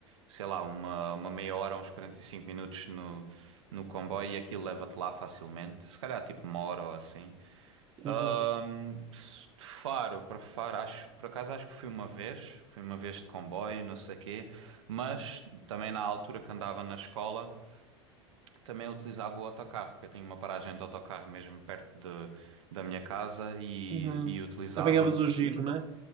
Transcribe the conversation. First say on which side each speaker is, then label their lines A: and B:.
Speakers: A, on the right; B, on the right.
A: sei lá, uma, uma meia hora, uns 45 minutos no, no comboio e aquilo leva-te lá facilmente. Se calhar tipo uma hora ou assim.
B: Exato.
A: Ahm, se- de Faro para Faro, acho, por acaso acho que fui uma vez, fui uma vez de comboio, não sei quê, mas também na altura que andava na escola. Também utilizava o autocarro, porque eu tenho uma paragem de autocarro mesmo perto de, da minha casa e,
B: Uhum.
A: e utilizava.
B: Apanhavas o giro, né?